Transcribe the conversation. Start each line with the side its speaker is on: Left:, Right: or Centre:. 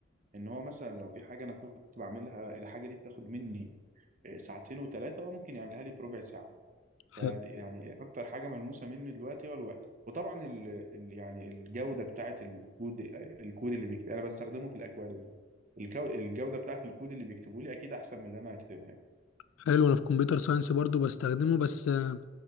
Right: ان هو مثلا لو في حاجة انا كنت بعملها الحاجة دي بتاخد مني آه، ساعتين وثلاثة هو ممكن يعملها لي في ربع ساعة
Left: حلو
Right: فدي يعني اكتر حاجه ملموسه مني دلوقتي هو الوقت وطبعا ال ال يعني الجوده بتاعه الكود الكود اللي بيكتب انا بستخدمه في الاكواديمي الكو... الجوده بتاعه الكود اللي بيكتبوا لي اكيد احسن من اللي انا هكتبها
Left: حلو، انا في كمبيوتر ساينس برضو بستخدمه بس آه،